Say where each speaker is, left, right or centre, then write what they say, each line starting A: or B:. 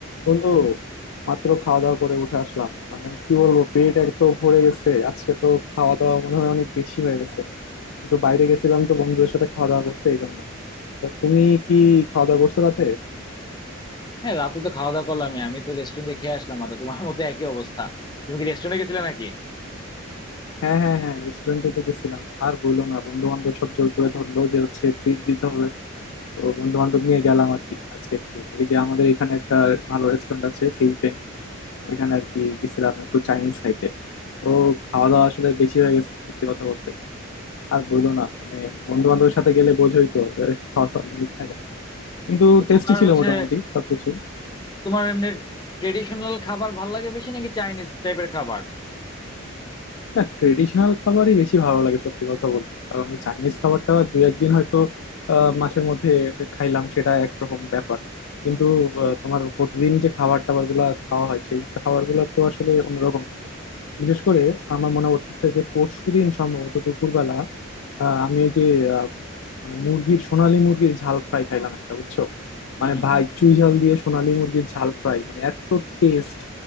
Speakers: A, on the left; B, on the left.
A: বন্ধু মাত্র খাওয়া দাওয়া করে উঠে আসলাম মানে কি বলবো পেট এক তো ভরে গেছে আজকে তো খাওয়া দাওয়া মনে হয় অনেক বেশি হয়ে গেছে কিন্তু বাইরে গেছিলাম তো বন্ধুদের সাথে খাওয়া দাওয়া করতে এই জন্য তো তুমি কি খাওয়া দাওয়া করছো রাতে
B: হ্যাঁ রাতে তো খাওয়া দাওয়া করলাম আমি আমি তো রেস্টুরেন্টে খেয়ে আসলাম আর তো তোমার মতো একই অবস্থা তুমি কি রেস্টুরেন্টে গেছিলে নাকি
A: হ্যাঁ হ্যাঁ হ্যাঁ রেস্টুরেন্টে তো গেছিলাম আর বললো না বন্ধু বান্ধব সব জোর করে ধরলো যে হচ্ছে ট্রিট দিতে হবে তো বন্ধু বান্ধব নিয়ে গেলাম আর কি আজকে একটু এই যে আমাদের এখানে একটা ভালো রেস্টুরেন্ট আছে কেইফে ওইখানে আর কি গেছিলাম একটু চাইনিজ খাইতে তো খাওয়া দাওয়া আসলে বেশি হয়ে গেছে সত্যি কথা বলতে আর বইলো না মানে বন্ধু বান্ধবের সাথে গেলে বোঝোই তো এ, খাওয়া দাওয়ার লিমিট থাকে না কিন্তু
B: তো
A: টেস্টি
B: তোমার
A: ছিল
B: হচ্ছে
A: মোটামুটি সবকিছু
B: তোমার এমনি ট্রেডিশনাল খাবার ভাল লাগে বেশি নাকি চাইনিজ টাইপের খাবার
A: না ট্রেডিশনাল খাবারই বেশি ভালো লাগে সত্যি কথা বলতে কারণ এই চাইনিজ খাবারটা দুই একদিন হয়তো আহ, মাসের মধ্যে খাইলাম সেটা একরকম ব্যাপার কিন্তু আহ, তোমার প্রতিদিন যে খাবার টাবার গুলা খাওয়া হয় সেই খাবার গুলা তো আসলে অন্যরকম বিশেষ করে আমার মনে করতেছে যে পরশুদিন সম্ভবত দুপুরবেলা আহ, আমি ওই যে মানে মুরগির সোনালী মুরগির ঝাল ফ্রাই খাইলাম একটা বুঝছো
B: হুম
A: মানে ভাই
B: হুম
A: চুই ঝাল দিয়ে সোনালী মুরগির ঝাল ফ্রাই মানে এত টেস্ট